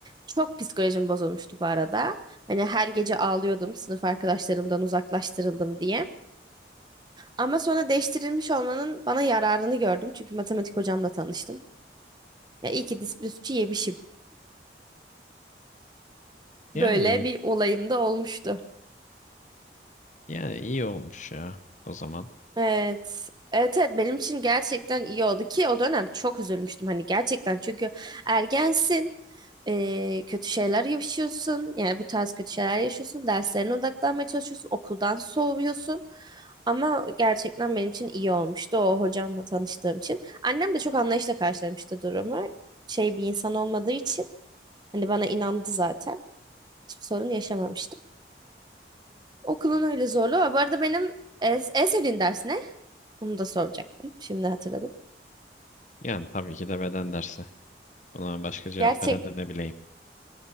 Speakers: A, on the right (about 25°); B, on the left (about 45°).
A: Çok psikolojim bozulmuştu bu arada. Hani her gece ağlıyordum sınıf arkadaşlarımdan uzaklaştırıldım diye. Ama sonra değiştirilmiş olmanın bana yararını gördüm. Çünkü matematik hocamla tanıştım. Ya iyi ki disiplin suçu yemişim.
B: Yani
A: Böyle bir olayım da olmuştu.
B: yani iyi olmuş ya o zaman.
A: Evet. Evet evet benim için gerçekten iyi oldu ki o dönem çok üzülmüştüm hani gerçekten çünkü ergensin eee, kötü şeyler yaşıyorsun yani bu tarz kötü şeyler yaşıyorsun derslerine odaklanmaya çalışıyorsun okuldan soğuyorsun ama gerçekten benim için iyi olmuştu o hocamla tanıştığım için annem de çok anlayışla karşılamıştı durumu şey bir insan olmadığı için hani bana inandı zaten hiçbir sorun yaşamamıştım. Okulun
B: Hı.
A: öyle zorluğu var. Bu arada benim en, en sevdiğin ders ne? Bunu da soracaktım. Şimdi hatırladım.
B: Yani tabii ki de beden dersi. Buna başka cevap
A: Gerçek.
B: veren de ne bileyim.